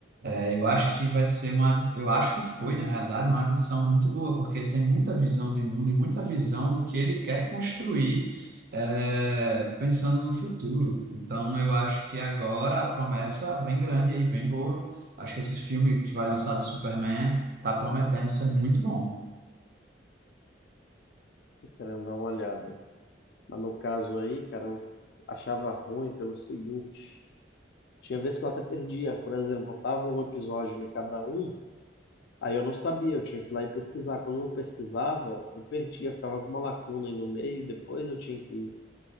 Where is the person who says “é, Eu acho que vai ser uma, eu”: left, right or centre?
Right